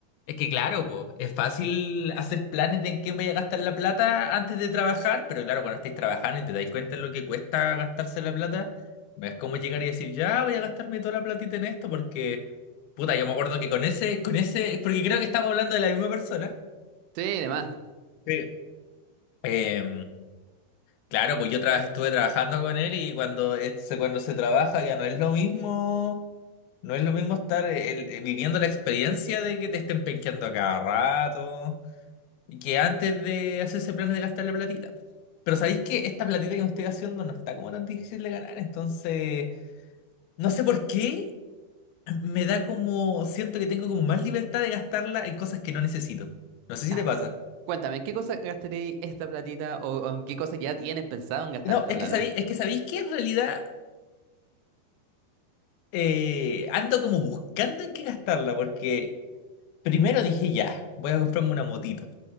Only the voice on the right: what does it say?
Sí, además.
Ya.
Cuéntame, ¿en qué cosa gastaréis esta platita o, o en qué cosa ya tienes pensado en gastar
esta
plata?